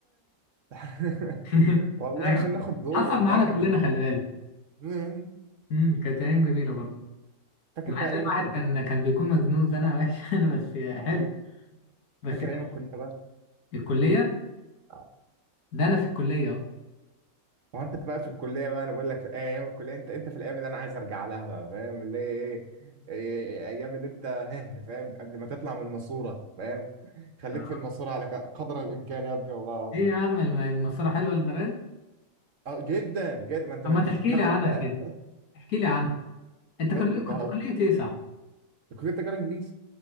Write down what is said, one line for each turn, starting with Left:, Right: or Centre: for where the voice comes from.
Right: <laughs>
Left: <laughs>
Right: والله
Left: ايوه
Right: عشان ناخد دور
Left: حصل
Right: وبتاع
Left: معانا
Right: كانت
Left: كلنا
Right: ذكرى
Left: خلي بالك
Right: <laughs> مم.
Left: امم كانت ايام جميلة برضو
Right: فاكر
Left: مع
Right: بقى
Left: ان
Right: ايام
Left: الواحد
Right: الكليه
Left: كان كان بيكون مزنوق زنقه وحشه <laughs> انا بس
Right: آه.
Left: حلو بس
Right: فاكر
Left: كده
Right: ايام الكليه بقى
Left: الكليه
Right: آه.
Left: ده انا في الكليه اهو
Right: ما هو انت بقى في الكليه بقى انا بقول لك في ايام الكليه انت انت في الايام اللي انا عايز ارجع لها بقى فاهم اللي هي ايه إيه- ايام اللي انت <laughs> هه فاهم قبل ما تطلع من الماسوره فاهم <laughs> خليك
Left: آه.
Right: في الماسوره على ق- قدر الامكان يا ابني والله العظيم
Left: ايه يا عم الم- المسيره حلوه للدرجه دي
Right: اه جدا جدا ما انت
Left: طب
Right: ما
Left: ما
Right: انتش
Left: تحكي
Right: في دماغك
Left: لي عنها
Right: بقى
Left: كده احكي لي عنها انت
Right: ما
Left: كل...
Right: ما
Left: كنت
Right: هو
Left: كليه ايه صح
Right: كلية تجارة إنجليزي